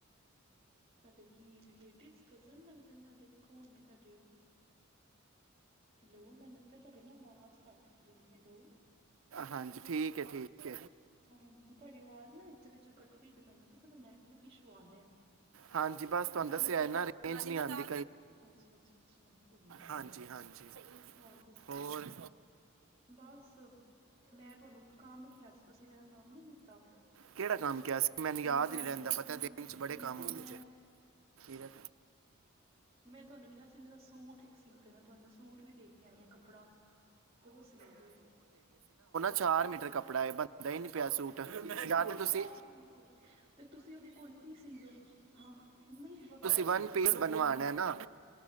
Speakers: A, on the right (about 25°); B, on the right (about 70°).
A: ਤੁਹਾਡੇ ਕੀ ਰਿਲੇਟਿਵਸ ਕਜ਼ਨ ਲੱਗਦੇ ਨੇ ਤੁਹਾਡੇ ਕੋੌਣ ਤੁਹਾਡੇ ਉਹ ਹੈਲੋ ਮੈਨੂੰ ਲਗਦਾ ਤੁਹਾਡੀ ਨਾ ਆਵਾਜ਼ ਘੱਟ ਰਹੀ ਹੈਲੋ
B: ਹਾਂਜੀ ਠੀਕ ਹੈ ਠੀਕ
A: ਹਾਂਜੀ ਤੁਹਾਡੀ ਆਵਾਜ਼ ਨਾ ਵਿੱਚ ਵਿੱਚ ਕੱਟਦੀ ਪਈ ਮੈਨੂੰ ਨੈਟਵਰਕ ਇਸ਼ੂ ਆ ਰਿਹਾ
B: ਹਾਂਜੀ ਬਸ ਤੁਹਾਨੂੰ ਦੱਸਿਆ ਹੈਨਾ ਰੇਂਜ ਨਹੀਂ ਆਂਦੀ
A: ਅੱਛਾ ਅੱਛਾ ਅੱਛਾ ਕੋਈ ਨਾ ਕੋਈ
B: ਹਾਂਜੀ
A: ਨਾ
B: ਹਾਂਜੀ
A: ਹੋਰ ਦੱਸੋ
B: ਹੋਰ
A: ਬਸ ਮੈਂ ਤੁਹਾਨੂੰ ਕੰਮ ਕਿਹਾ ਸੀ ਤੁਸੀਂ ਮੇਰਾ ਕੰਮ ਨਹੀ ਕੀਤਾ
B: ਕਿਹੜਾ ਕੰਮ ਕਿਹਾ ਸੀ ਮੈਨੂੰ ਯਾਦ
A: ਮੈਂ ਤੁਹਾਨੂੰ
B: ਨਹੀ ਰਹਿੰਦਾ
A: ਕਿਹਾ
B: ਪਤਾ
A: ਸੀ
B: ਦਿਨ ਚ ਬੜੇ
A: ਮੈਂ
B: ਕੰਮ ਹੁੰਦੇ ਨੇ
A: ਮੈਂ ਤੁਹਾਨੂੰ ਕਿਹਾ ਅਤੇ ਮੇਰਾ ਸੂਟ ਇੱਕ ਸੀ ਦੇਣਾ ਤੁਹਾਨੂੰ ਮੈਂ ਸੂਟ ਵੀ ਦੇ ਕੇ ਆਈ ਹਾਂ ਕੱਪੜਾ ਕਦੋਂ ਸੀਨਾ
B: ਚਾਰ ਮੀਟਰ ਕੱਪੜਾ ਬਣਦਾ ਹੀ ਨਹੀ ਪਿਆ ਸੂਟ
A: ਤੇ ਤੁਸੀਂ ਉਹਦੀ
B: ਜਾਂ
A: ਕੁੜਤੀ
B: ਤੁਸੀਂ
A: ਸੀ ਦਿਓ ਖੁੱਲੀ ਖੁੱਲੀ ਤੇ ਤੁਸੀਂ ਉਹਦੀ ਕੁੜਤੀ ਸੀ ਦਿਓ ਹਾਂ ਨਹੀਂ
B: ਵਨ ਪੀਸ ਬਣਵਾਨਾ ਹੈ ਨਾ